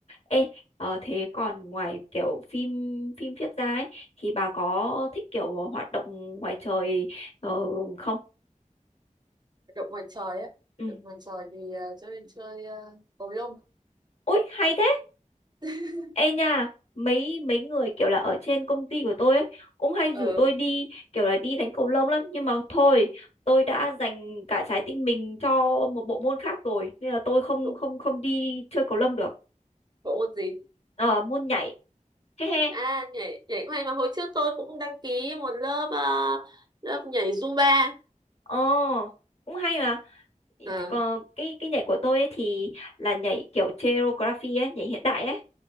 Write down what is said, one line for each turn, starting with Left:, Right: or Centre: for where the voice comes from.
Left: ê ờ, thế còn ngoài kiểu phim phim viết ra ấy thì bà có thích kiểu hoạt động ngoài trời ờ, không
Right: động ngoài trời á
Left: ừ.
Right: động ngoài trời thì ờ, chơi chơi ờ, cầu lông
Left: ui hay thế
Right: <laughs>
Left: Ê nha, mấy mấy người kiểu là ở trên công ty của tôi ấy cũng hay rủ
Right: ờ
Left: tôi đi kiểu là đi đánh cầu lông lắm nhưng mà thôi, tôi đã dành cả trái tim mình cho một bộ môn khác rồi nên là tôi không
Right: bộ,
Left: không không đi chơi cầu lông được.
Right: bộ môn gì
Left: Ờ môn nhảy. <laughs> He he.
Right: à nhảy nhảy cũng hay mà hồi trước tôi cũng đăng ký một lớp ờ, lớp nhảy Zumba
Left: Ờ cũng hay mà.
Right: ờ
Left: Còn cái cái nhảy của tôi ấy thì là nhảy kiểu choreography ấy, nhảy hiện đại ấy.